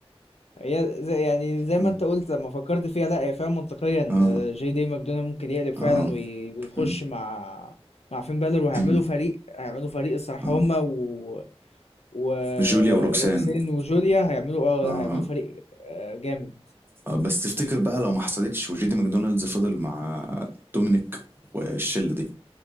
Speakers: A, on the left; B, on the right.
A: هي زي يعني زي
B: اه
A: ما انت قلت لما فكرت فيها لا هي فعلا منطقية ان
B: اه
A: جي دي ماكدونالد ممكن يقلب فعلا
B: اه
A: وي... ويخش
B: مم.
A: مع مع فين بالور وهيعملوا
B: مم.
A: فريق هيعملوا فريق الصراحة
B: اه
A: هما و... وروكسين
B: جوليا وروكسان
A: وجوليا هيعملوا اه
B: اه آه.
A: هيعملوا فريق آه، جامد
B: آه، بس تفتكر بقى لو ما حصلتش وجيدي ماكدونالدز فضل مع دومينيك والشلة دي